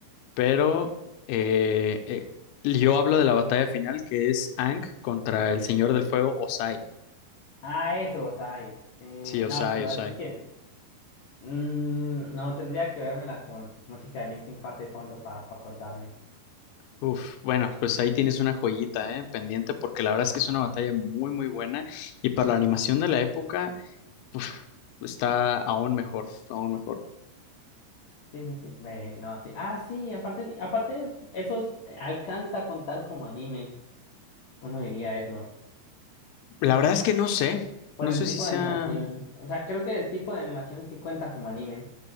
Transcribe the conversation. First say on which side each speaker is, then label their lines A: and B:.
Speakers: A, on the left; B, on the left.
A: Pero eh, eh, yo hablo de la batalla final que es Ank contra el Señor del Fuego, Osai.
B: Ah, eso, o sea, y- eh,
A: Sí, Osai,
B: no, pero dale,
A: Osai.
B: es que mm, no tendría que vérmela con música de Linkin Park de fondo para acordarme.
A: Uf, bueno, pues ahí tienes una joyita, ¿eh? Pendiente, porque la verdad es que es una batalla muy, muy buena y para la animación de la época, uf, está aún mejor, aún mejor.
B: Sí, sí, sí, ve, no, sí. Ah, sí, aparte, ti- aparte, eso es- alcanza a contar como anime, uno diría eso,
A: La verdad es que no sé,
B: por
A: no
B: el
A: sé
B: tipo
A: si sea,
B: de animación. O sea, creo que el tipo de animación sí cuenta como anime,